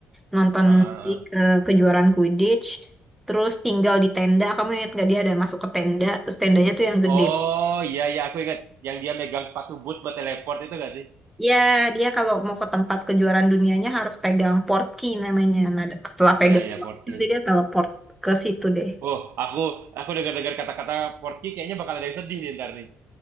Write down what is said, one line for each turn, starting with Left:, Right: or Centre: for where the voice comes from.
Centre: nonton
Right: ah, ah,
Centre: si ke-
Right: ah.
Centre: kejuaraan Quidditch, terus tinggal di tenda. Kamu ingat gak dia ada masuk ke tenda, terus tendanya tuh yang gede.
Right: Oh iya, iya, aku ingat. Yang dia megang sepatu boot buat teleport itu nggak sih?
Centre: Ya, dia kalau mau ke tempat kejuaraan dunianya harus pegang port key namanya. Nah, setelah pegang
Right: Iya, iya,
Centre: port
Right: Port
Centre: key,
Right: King.
Centre: nanti dia teleport ke situ deh.
Right: Oh, aku aku dengar-dengar kata-kata Port King kayaknya bakal ada yang sedih nih ntar nih.